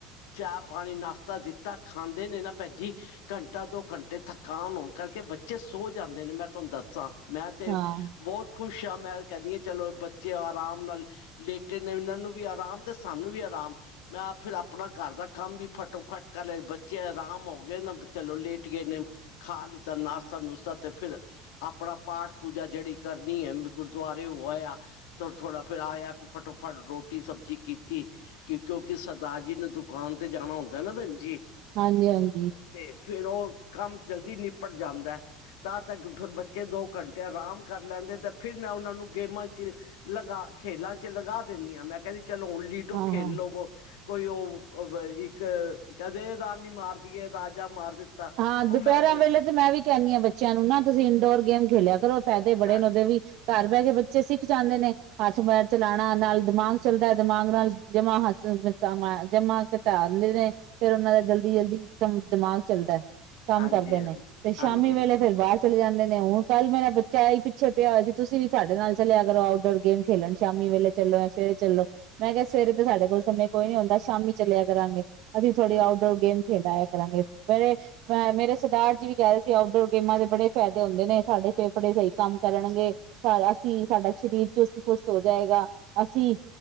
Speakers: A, on the left (about 85°); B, on the right (about 65°).
A: ਚਾਹ, ਪਾਣੀ, ਨਾਸ਼ਤਾ ਦਿੱਤਾ, ਖਾਂਦੇ ਨੇ ਨਾਂ ਭੈਣ ਜੀ ਘੰਟਾ, ਦੋ ਘੰਟੇ ਥਕਾਨ ਹੋਣ ਕਰਕੇ ਬੱਚੇ ਸੋ ਜਾਂਦੇ ਨੇ ਮੈਂ ਤੁਆਨੂੰ ਦੱਸਾਂ। ਮੈਂ ਤੇ
B: ਹਾਂ
A: ਬੋਤ ਖੁਸ਼ ਹਾਂ, ਮੈਂ ਕੈਅਣੀ ਏ ਚਲੋ, ਬੱਚੇ ਆਰਾਮ ਨਾਲ ਲੇਟੇ ਨੇ, ਇਨ੍ਹਾਂ ਨੂੰ ਵੀ ਆਰਾਮ ਤੇ ਸਾਨੂੰ ਵੀ ਆਰਾਮ। ਮੈਂ ਫਿਰ ਆਪਣਾ ਘਰ ਦਾ ਕੰਮ ਵੀ ਫਟੋ-ਫਟ ਕਰ ਲੈ ਬੱਚੇ ਆਰਾਮ ਹੋ ਗਏ, ਨਾ ਚਲੋ ਲੇਟ ਗਏ ਨੇ। ਖਾ ਲਿੱਤਾ ਨਾਸ਼ਤਾ-ਨੁਸ਼ਤਾ ਤੇ ਫਿਰ ਆਪਣਾ ਪਾਠ-ਪੂਜਾ ਜੇੜੀ ਕਰਨੀ ਐ ਮ ਗੁਰਦੁਆਰੇ ਹੋਇਆ। ਥੋੜਾ ਫਿਰ ਆਇਆ ਫਟੋ-ਫਟ ਰੋਟੀ ਸਬਜ਼ੀ ਕੀਤੀ। ਕਿਉ ਕਿਉਂਕਿ ਸਰਦਾਾਰ ਜੀ ਨੇ ਦੁਕਾਨ ਤੇ ਜਾਣਾ ਹੁੰਦਾ ਨਾ ਭੈਣ ਜੀ।
B: ਹਾਂਜੀ-ਹਾਂਜੀ।
A: ਤੇ ਫਿਰ ਉਹ ਕੰਮ ਜਲਦੀ ਨਿਪਟ ਜਾਂਦਾ। ਤਦ ਤੱਕ ਬੱਚੇ ਦੋ ਘੰਟੇ ਆਰਾਮ ਕਰ ਲੈਂਦੇ ਤੇ ਫਿਰ ਮੈਂ ਉਨ੍ਹਾਂ ਨੂੰ ਗੇਮਾਂ ਚ ਲਗਾ ਖੇਲਾਂ ਚ ਲਗਾ ਦਿੰਣੀ ਆਂ। ਮੈਂ ਕੈਹਣੀ ਚਲੋ ਹੁਣ ਲਿਡੋ
B: ਹਾਂ
A: ਖੇਲ
B: ਹਾਂ
A: ਲੋਵੋ। ਕੋਈ ਓ ਓਵ ਇੱਕ। ਕਦੇ ਰਾਨੀ ਮਾਰਦੀਏ ਰਾਜਾ ਮਾਰ ਦਿੱਤਾ।
B: ਹਾਂ ਦੁਪਹਿਰਾਂ
A: ਉਹ ਮੈਂ ਦੇ
B: ਵੇਲੇ
A: ਖ
B: ਤੇ ਮੈਂ ਵੀ ਕੈਣੀ ਆਂ ਬੱਚਿਆਂ ਨੂੰ ਨਾ ਤੁਸੀਂ ਇੰਨਡੋਰ ਗੇਮ ਖੇਲਿਆ ਕਰੋ, ਫੈਦੇ ਬੜੇ
A: ਹਾਂ
B: ਨੇ ਓਦੇ ਵੀ ਘਰ ਬੈਅ ਕੇ ਬੱਚੇ ਸਿੱਖ ਜਾਂਦੇ ਨੇ। ਹੱਥ ਪੈਰ ਚਲਾਣਾ, ਨਾਲ ਦਿਮਾਗ ਚੱਲਦਾ, ਦਿਮਾਗ ਨਾਲ ਜਮਾ ਹੱਥ ਜਾ ਮਾਂ ਜਮਾਂ ਘਟਾ ਦਿੰਦੇ ਨੇ, ਫਿਰ ਓਨ੍ਹਾਂ ਦਾ ਜਲਦੀ-ਜਲਦੀ ਦ ਦਿਮਾਗ ਚੱਲਦੈ।
A: ਹਾਂਜੀ
B: ਕੰਮ ਕਰਦੇ
A: ਹਾਂਜੀ
B: ਨੇ ਤੇ ਸ਼ਾਮੀ
A: ਹਾਂਜੀ
B: ਵੇਲੇ ਫੇਰ ਬਾਰ ਚਲੇ ਜਾਂਦੇ ਨੇ ਹੁਣ ਕੱਲ ਮੇਰਾ ਬੱਚਾ ਆਇਆ ਹੀ ਪਿੱਛੇ ਪਿਆ ਔਇਆ ਸੀ ਤੁਸੀਂ ਵੀ ਸਾਡੇ ਨਾਲ ਚੱਲਿਆ ਕਰੋ, ਆਊਟਡੋਰ ਗੇਮ ਖੇਲਣ ਸ਼ਾਮੀ ਵੇਲੇ ਚੱਲੋ ਐ, ਸਵੇਰੇ ਚੱਲੋ ਮੈਂ ਕਿਆ ਸਵੇਰੇ ਤੇ ਸਾਡੇ ਕੋਲ ਸਮੇਂ ਕੋਈ ਨੀਂ ਹੁੰਦਾ, ਸ਼ਾਮੀ ਚੱਲਿਆ ਕਰਾਂ ਅਸੀਂ ਥੋੜ੍ਹੀ
A: ਹਾਂ
B: ਆਊਟਡੋਰ ਗੇਮ ਖੇਡ ਆਇਆ ਕਰਾਂਗੇ। ਮੇਰੇ ਅ ਮੇਰੇ ਸਰਦਾਰ ਜੀ ਵੀ ਕੈ ਰੇ ਸੀ ਆਊਟਡੋਰ ਗੇਮਾਂ ਦੇ ਬੜੇ ਫੈਦੇ ਹੁੰਦੇ ਨੇ, ਸਾਡੇ ਫੇਫੜੇ ਸਈ ਕੰਮ ਕਰਨਗੇ। ਪਰ ਅਸੀਂ ਸਾਡਾ ਸਰੀਰ ਚੁਸਤ-ਪੁਸਤ ਹੋ ਜਾਏਗਾ, ਅਸੀਂ